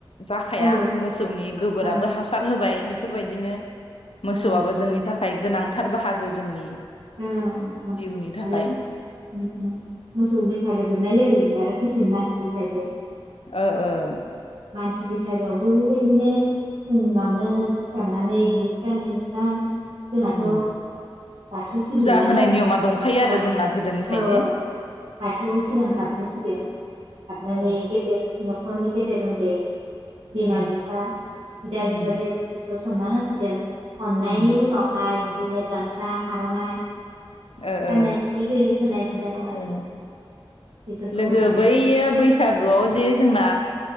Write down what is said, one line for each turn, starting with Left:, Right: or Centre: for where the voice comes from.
Left: जाखाया
Right: औ
Left: मोसौनि गोबोराबो
Right: औ
Left: हासार होबाय बे बेफोर बायदिनो मोसौआबो
Right: औ
Left: जोंनि थाखाय थाखाय गोनांथार बाहागो जोंनि
Right: औ औ
Left: जिउनि थाखाय
Right: आरो उम उम मोसौ बैसागु जोबनाय लोगो आरो मानसिनि बैसागो जागोन
Left: औ औ
Right: मानसि बैसागोआवबो बेबायदिनो फुङावनो सिखारनानै दुगैस्रां लोबस्रां जोंनाथ'
Left: उम
Right: बाथौ सिबियो
Left: फुजा
Right: नालाय
Left: होनाय नियमा दंखायो
Right: औ
Left: आरो जोंना गोदोनिफ्रायनो
Right: औ औ बाथौ सिगां हाबग्रोसिगोन हाबनानै
Left: ओ
Right: गेदेर नखरनि गेदेर उन्दै बिमा
Left: उम
Right: बिफा बिदा
Left: उम
Right: बिबाजै बिसोरखौ स सनमान होसिगोन अननायनि
Left: उम
Right: मुंङावहाय बिदिनो गामसा आर'नाइ
Left: ओ
Right: गाननाय
Left: ओ
Right: सि होयो होनाय हुदा दं आरो
Left: ओ
Right: बेफोरखौ
Left: लोगो
Right: होखांनायनि
Left: बैयो
Right: उनाव
Left: बैसागोआव जे जोंना